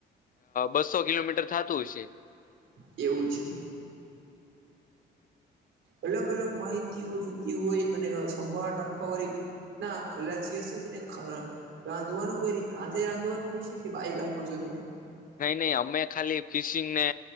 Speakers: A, on the left (about 45°); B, on the right (about 75°).
A: બસો કિલોમીટર થાતું હશે.
B: એવું છે. અલગ અલગ માહિતીઓ જોતી હોય અને સંભાળ રાખવા વાળી. ના ખલાચી હશે તેને ખ. રાંધવાનું કઈ રીત હાથે રાંધવાનું હોય છે કે બાઈ રાખો છો તમે.
A: નઈ નહી અમે ખાલી ફિશિંગને